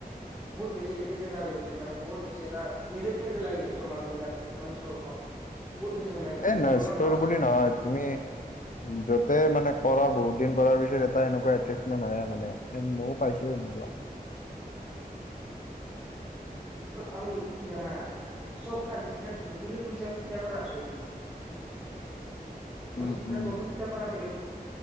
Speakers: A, in the centre; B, on the left (about 55°).
A: বহুত বেছি এটেইচ এটা হৈ গৈছে মানে, বহুত বেছি এটা নিজৰ, নিজৰ লাগি গৈছে মানুহবিলাক। মানে, ষ্টৰখন। বহুত বেছি ভাল লাগিছে
B: এই নাই।
A: জীৱনৰ
B: ষ্টৰ
A: ফাৰ্ষ্ট
B: বুলি নহয়, তুমি য তাতে মানে, কৰা বহুত দিন কৰাৰ পিছত এটা এনেকুৱা এটেচমেণ্ট হয়। মানে, মইয়ো পাইছোঁ এনেকুৱা।
A: আমি, কি জানা? <unintelligible> নতুক খুলিছে, তেতিয়াৰ পৰা আছোঁ এইপিনে। <unintelligible>
B: উম
A: তেতিয়া
B: উম
A: তোমাৰ